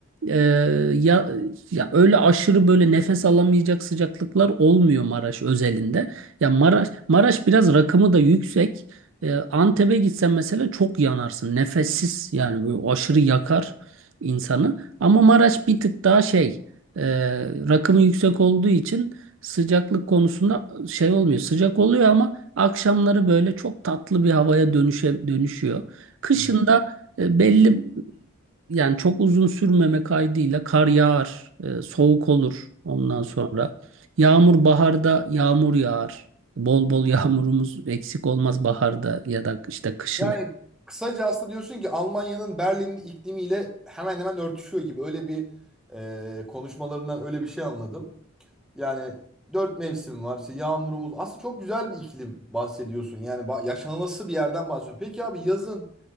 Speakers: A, on the right; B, in the centre.
A: e, ya ya öyle aşırı böyle nefes alamayacak sıcaklıklar olmuyor Maraş özelinde. Ya Maraş Maraş biraz rakımı da yüksek. E, Antep'e gitsen mesela çok yanarsın. Nefessiz yani böyle aşırı yakar insanı. Ama Maraş bir tık daha şey e, rakımı yüksek olduğu için sıcaklık konusunda şey olmuyor. Sıcak oluyor ama akşamları böyle çok tatlı bir havaya dönüşe, dönüşüyor. Kışında
B: Hmm.
A: e, belli yani çok uzun sürmeme kaydıyla kar yağar, e, soğuk olur ondan sonra. Yağmur baharda yağmur yağar. Bol bol <laughs> yağmurumuz eksik olmaz baharda ya da işte kışın
B: Yani kısaca aslında diyorsun ki Almanya'nın Berlin'in iklimiyle hemen hemen örtüşüyor gibi. Öyle bir e, konuşmalarından öyle bir şey anladım. Yani dört mevsim var. İşte yağmurumuz. Aslında çok güzel bir iklim bahsediyorsun. Yani ba- yaşanılası bir yerden bahsediyorsun. Peki abi yazın